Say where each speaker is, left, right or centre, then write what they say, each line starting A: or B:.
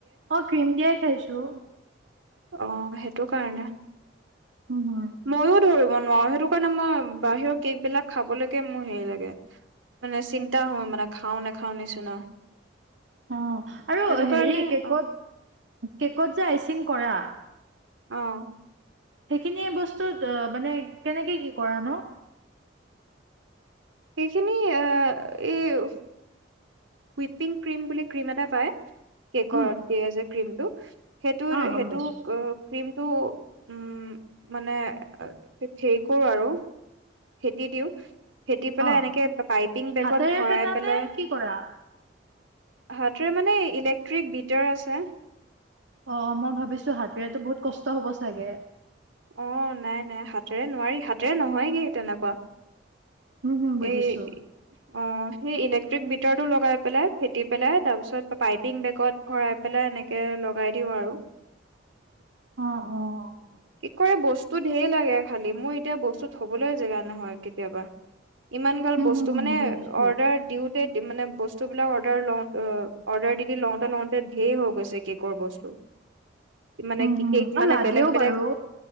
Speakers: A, on the right; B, on the right.
A: অ ক্ৰীম দিয়াই খাইছো। দু।
B: অ 'সেইটো কাৰণে
A: উম হম।
B: ময়ো ধৰিব নোৱাৰো সেইটো কাৰণে মই বাহিৰৰ কেক বিলাক খাবলৈকে মোৰ হেৰি লাগে মানে চিন্তা হয় মানে খাও নেখাও নিচিনা
A: অ' আৰু
B: সেইটো কাৰণে
A: হেৰি কেকত
B: অ',
A: কেকত যে আইচিং কৰা
B: অ'।
A: সেইখিনিয়ে বস্তুত মানে কেনেকৈ কি কৰানো?
B: সেইখিনি অ' ইউ উইপিং ক্ৰীম বুলি ক্ৰীম এটা পায় কেকত
A: উম,
B: দিয়ে যে ক্ৰীমটো সেইটো-সেইটো
A: অ' গম পাইছো।
B: ক্ৰীম সেইটো উম মানে হেৰি কৰোঁ আৰু ফেটি দিওঁ ফেটি পেলাই
A: অ'
B: এনেকে পাইপিং বেগত
A: হাতেৰে
B: ভৰাই
A: ফেটা
B: পেলাই
A: নে কি কৰা?
B: হাতেৰে মানে ইলেক্ট্ৰিক বিটাৰ আছে।
A: অ' মই ভাবিছোঁ হাতেৰেতো বহুত কষ্ট হ'ব চাগে।
B: অ' নাই-নাই হাতেৰে নোৱাৰি, হাতেৰে নহয়গে তেনেকুৱা
A: হুম-হুম বুজিছোঁ।
B: এই অ' সেই ইলেক্ট্ৰিক বিটাৰটো লগাই পেলাই ফেটি পেলাই তাৰপিছত পাইপিং বেগত ভৰাই পেলাই এনেকৈ লগাই দিওঁ আৰু
A: অ'-অ'।
B: কেকৰ এই বস্তু ধেই লাগে খালি মোৰ এতিয়া বস্তু থবলে জেগা নহয় কেতিয়াবা। ইমান গাল
A: হুম,
B: বস্তু
A: হুম
B: মানে
A: বুজিছো।
B: অৰ্ডাৰ দিওঁ মানে বস্তুবিলাক অৰ্ডাৰ লওঁ অৰ্ডাৰ দি দি লওঁতে লওঁতে ধেই হৈ গৈছে কেকৰ বস্তু। মানে
A: উম
B: কি
A: হম
B: কেক
A: আৰু
B: মানে
A: লাগেও
B: বেলেগ বেলেগ
A: বাৰু।